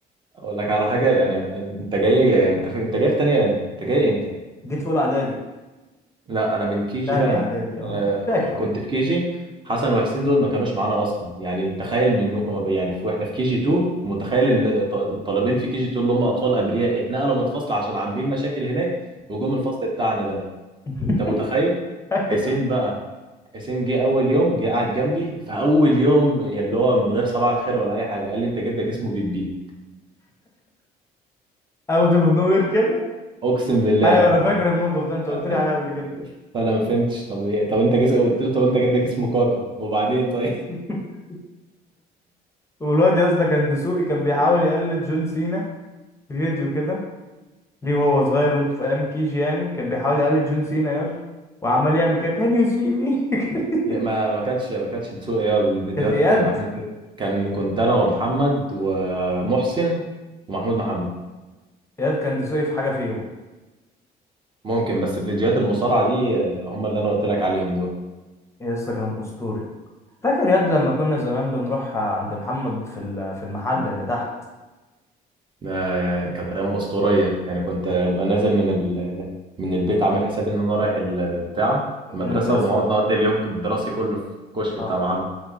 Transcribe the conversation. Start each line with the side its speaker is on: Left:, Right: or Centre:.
Right: اقول لك على حاجه يعني انت جاي يعني انت في... انت جاي في تانية انت جاي امتى
Left: جيت في اولى اعدادي
Right: لا انا من كي جي
Left: تانية
Right: بقى
Left: اعدادي اه
Right: آه
Left: مش فاكر
Right: كنت
Left: والله
Right: في كي جي حسن وحسين دول ما كانوش معانا اصلا يعني تخيل من يعني في... واحنا في كي جي 2 متخيل ان ط- طالبين في كي جي 2 اللي هم اطفال ابرياء اتنقلوا من الفصل عشان عاملين مشاكل هناك وجم الفصل بتاعنا ده
Left: <laughs>
Right: انت متخيل
Left: ايوه
Right: حسين بقى حسين جه اول يوم جه قعد جنبي فاول يوم يعني اللي هو من غير صباح الخير ولا اي حاجه قال لي انت جدك اسمه بيبي
Left: انا كنت في النوير كده
Right: اقسم بالله
Left: ايوه انا فاكر الموقف ده انت
Right: <laughs>
Left: قلت لي عليه قبل كده
Right: فانا ما فهمتش طب ايه طب انت جس... قلت له طب انت جدك اسمه كاكا وبعدين طيب
Left: <laughs> والواد يا اسطى كان دسوقي كان بيحاول يقلد جون سينا في فيديو كده ليه وهو صغير وانت في ايام كيجي يعني كان بيحاول يقلد جون سينا ياد وعمال يعمل كده كان يو سي مي
Right: <laughs> يا
Left: <laughs>
Right: ما ما كانش ما كانش بتسوق ايه الفيديوهات
Left: كانت اياد
Right: احنا كان كنت انا ومحمد ومحسن ومحمود محمد
Left: اياد كان دسوقي في حاجه فيهم
Right: ممكن بس الفيديوهات المصارعه دي آه، هم اللي انا قلت لك عليهم دول
Left: يا اسطى كان اسطوري فاكر ياد لما كنا زمان بنروح عند محمد في ال- في المحل اللي تحت
Right: ده يعني كانت ايام اسطوريه يعني كنت ابقى نازل من ال... من البيت عامل حسابي ان انا رايح البتاع
Left: المدرسة
Right: المدرسه ونقعد نقضي اليوم الدراسي كله في الكشك
Left: اه
Right: بتاع محمد